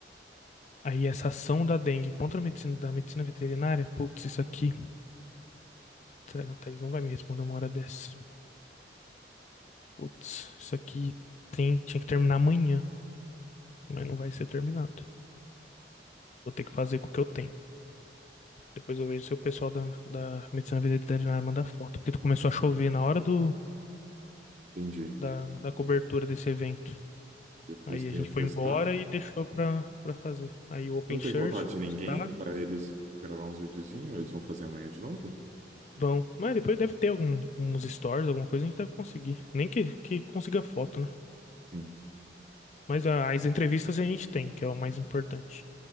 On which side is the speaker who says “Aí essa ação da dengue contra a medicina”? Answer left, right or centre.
Left